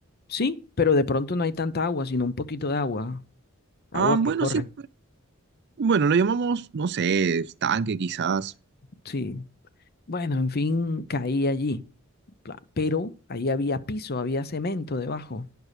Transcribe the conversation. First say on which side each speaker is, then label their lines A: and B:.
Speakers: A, on the left; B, on the right.
A: Sí, pero de pronto no hay tanta agua, sino un poquito de agua, agua
B: Ah, bueno,
A: que corre.
B: sí. Bueno, lo llamamos, no sé, estanque quizás.
A: Sí. Bueno, en fin, caí allí. Pla- Pero ahí había piso, había cemento debajo,